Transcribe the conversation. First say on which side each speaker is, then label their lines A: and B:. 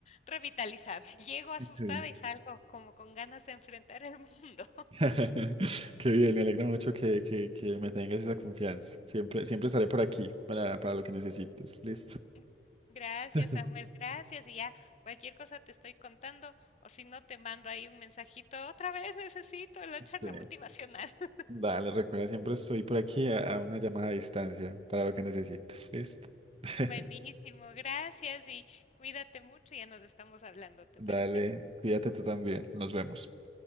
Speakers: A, on the left; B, on the right.
A: revitalizada. <laughs> Llego asustada
B: sí.
A: y salgo como con ganas de enfrentar el mundo.
B: <laughs> Qué bien, me alegra mucho que, que, que me tengas esa confianza. Siempre, siempre estaré por aquí para, para lo que necesites. Listo.
A: <laughs> Gracias,
B: <laughs>
A: Samuel. Gracias. Y ya cualquier cosa te estoy contando o si no te mando ahí un mensajito. Otra vez necesito la charla
B: Sí.
A: motivacional. <laughs>
B: Dale, recuerda, siempre estoy por aquí a, a una llamada a distancia para lo que necesites. Listo. <laughs>
A: Buenísimo. Gracias y cuídate mucho. Ya nos estamos hablando, ¿te
B: Dale,
A: parece?
B: cuídate tú también. Nos vemos.